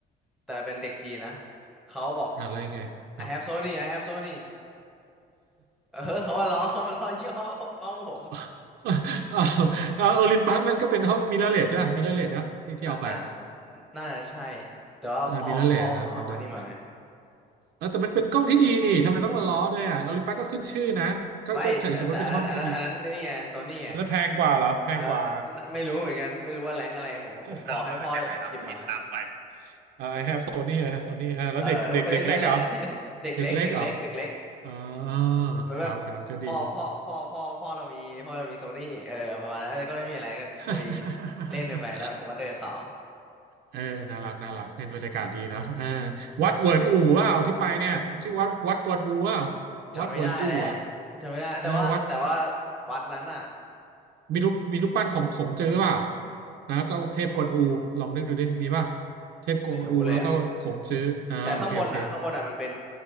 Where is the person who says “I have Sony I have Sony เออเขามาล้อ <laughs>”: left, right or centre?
Centre